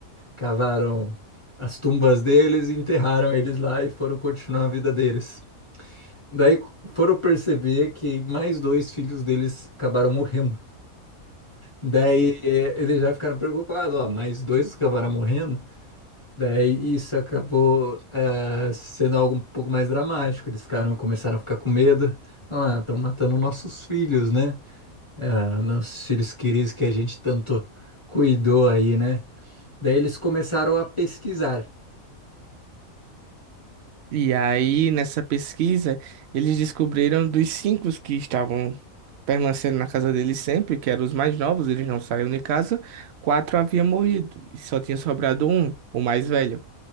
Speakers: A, on the left; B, on the right.
A: cavaram as tumbas deles, e enterraram eles lá e foram continuar a vida deles. Daí foram perceber que mais dois filhos deles acabaram morrendo. Daí é, eles já ficaram preocupados, ó, mais dois acabaram morrendo. Daí isso acabou é, sendo algo um pouco mais dramático. Eles ficaram, começaram a ficar com medo. Ah, estão matando nossos filhos, né? ah, nossos filhos queridos que a gente tanto cuidou aí, né? Daí eles começaram a pesquisar.
B: E aí, nessa pesquisa, eles descobriram dos cinco que estavam permanecendo na casa deles sempre, que eram os mais novos, eles não saíam de casa, quatro haviam morrido e só tinha sobrado um, o mais velho,